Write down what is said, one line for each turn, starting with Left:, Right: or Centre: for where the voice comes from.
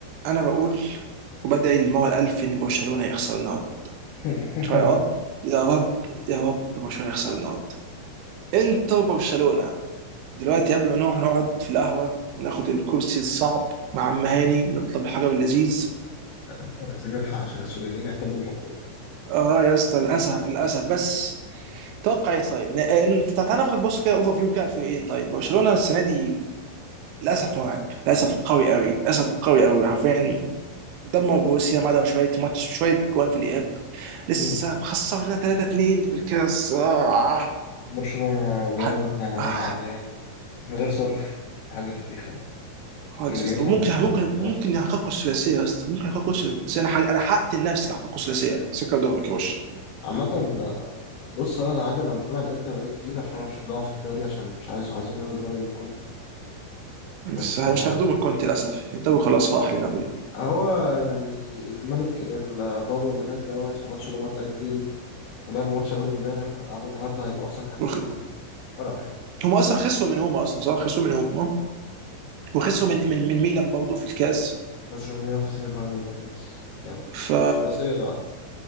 Right: انا بقول وبدعي للمولى الالف ان برشلونه يخسر النهارده
Left: <laughs>
Right: شو يا رب يا رب يا رب برشلونه يخسر النهارده انتر برشلونه دلوقتي قبل ما نروح نقعد في القهوه وناخد الكرسي الصعب مع عم هاني ونطلب الحجر اللذيذ
Left: لا، عايزين نلحق عشان السودانيين احتلوا المنطقة
Right: اه يا اسطى للاسف للاسف بس توقع ايه طيب؟ آه، انت تعال ناخد بص كده اوفر فيو كده على الفريقين طيب برشلونه السنه دي للاسف مرعب للاسف قوي قوي للاسف قوي قوي حرفيا دمر بروسيا ما عدا شويه ماتش شويه جوان في الاياب لسه
Left: مم.
Right: خسرنا 3 2 في الكاس آه
Left: برشلونة جامد
Right: آه
Left: نهائيات
Right: آه
Left: عالية من غير صرف دي حاجة فشيخة
Right: خالص
Left: أكاديميتهم
Right: يا اسطى ممكن
Left: توب
Right: ممكن
Left: بصراحة
Right: ممكن يحققوا الثلاثيه يا اسطى ممكن يحققوا الثلاثيه انا حق- انا حققت النفس اللي يحققوا الثلاثيه سكه دغري كوش
Left: عامة بص هو أنا حاجة أنا متابع الإنتر بقالي كتير عشان أنا بشجعهم في الدوري عشان مش عايزه عايزهم ياخدوا الدوري من كونتي
Right: بس
Left: بس
Right: مش
Left: آه،
Right: هياخدوه من كونتي للاسف الدوري خلاص راح لنابولي
Left: هو يعني الملك البابا اللي مات دوت في ماتش روما اتأجل فلعبوا ماتش أول امبارح وهيلعبوا النهاردة هيبقوا أصلا هلكانين
Right: وخ-
Left: قرف يعني
Right: هم اصلا خسروا من هما اصلا صح خسروا
Left: اسمه
Right: من
Left: ايه؟
Right: هما وخسروا من من, من ميلان برضه في الكاس
Left: بس روميان في سيمي فاينال الكاس يب
Right: ف
Left: الثلاثية ضاعت